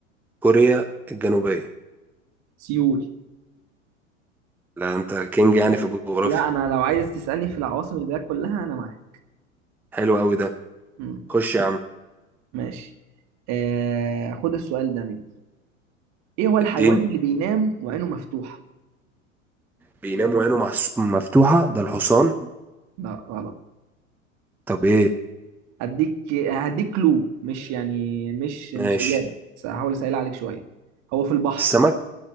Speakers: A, in the centre; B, on the right.
A: كوريا الجنوبية؟
B: سيول
A: لا أنت كينج يعني في الجغرافيا
B: لا انا لو عايز تسالني في العواصم البلاد كلها انا معاك
A: حلو أوي ده
B: مم.
A: خش يا عم
B: ماشي آه... خد السؤال ده مني ايه هو الحيوان
A: اديني
B: اللي بينام وعينه مفتوحه
A: بيناموا عينه محس- مفتوحة ده الحصان
B: لا غلط
A: طب إيه
B: هديك هديك كلو مش يعني مش مش
A: ماشي
B: اجابه بس هحاول اسهل عليك شويه هو في البحر
A: السمك